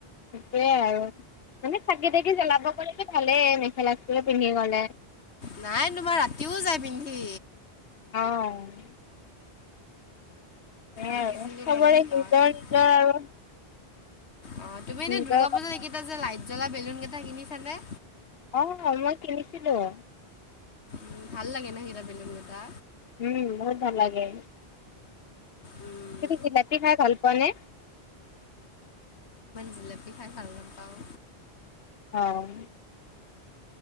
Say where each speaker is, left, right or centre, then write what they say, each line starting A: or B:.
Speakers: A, on the left (about 65°); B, on the left (about 85°).
A: সেয়াই আৰু মানে চাকি তাকি জ্বলাব গ'লেতো ভালেই, মেখেলা চাদৰ পিন্ধি গলে।
B: নাই তোমাৰ ৰাতিও যাই পিন্ধি।
A: অ'। এয়া
B: দেখিছিলোঁ
A: আৰু, ছবৰে
B: মানে সেইকাৰণে
A: নিজৰ নিজৰ আৰু
B: অঁ তুমি এনে
A: নিজৰ
B: দুৰ্গা
A: কথা
B: পুজা এইকেইটা যে লাইট জ্বলা বেলুন কেইটা কিনিচানে?
A: হয় হয় মই কিনিছিলোঁ।
B: উম, ভাল লাগে ন' হেই বেলুনকিটা?
A: উম, বহুত ভাল লাগে।
B: উম,
A: তুমি জিলাপী খাই ভাল পোৱানে?
B: জিলাপী খাই ভাল নাপাওঁ।
A: হয়।